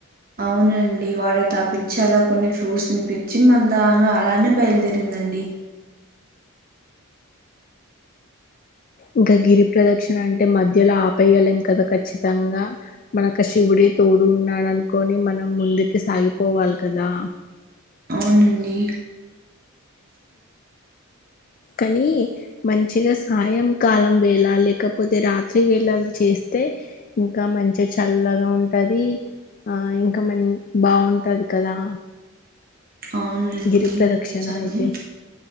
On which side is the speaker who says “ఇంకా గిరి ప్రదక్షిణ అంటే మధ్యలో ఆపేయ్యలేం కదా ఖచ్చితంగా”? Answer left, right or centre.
Left